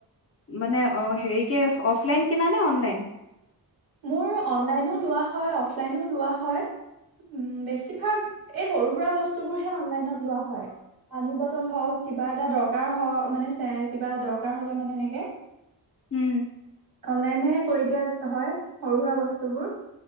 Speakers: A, on the left; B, on the right.
A: মানে হেৰি কে অফলাইন কিনা নে অনলাইন
B: মোৰ অনলাইনও লোৱা হয় অফলাইন ও লোৱা হয় বেছিকে এই সৰু সুৰা বস্তু তুমি সেই ইমানো দিয়া হয় পানী বটল হয় কিবা এটা দৰকাৰ হক দৰকাৰ হ'লে মানে এনেকে
A: উম
B: অনলাইনেহে কৰি দিয়া হয় সৰু সুৰা বস্তুবোৰ